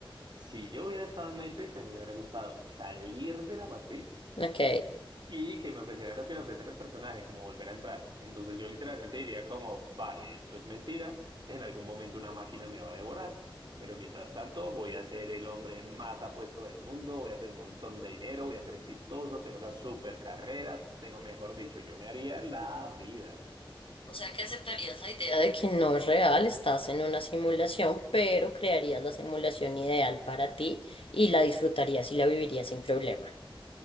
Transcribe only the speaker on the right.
si yo hubiera estado en Matrix, a mí me habría gustado salir de la matriz
y que me ofrecieran lo que le ofrecen al personaje, como volver a entrar. Entonces yo literalmente diría como, vale, esto es mentira, en algún momento una máquina me va a devorar, pero mientras tanto voy a ser el hombre más apuesto del mundo, voy a tener un montón de dinero, voy a ser exitoso, tengo la super carrera, tengo, mejor dicho, yo me haría la vida.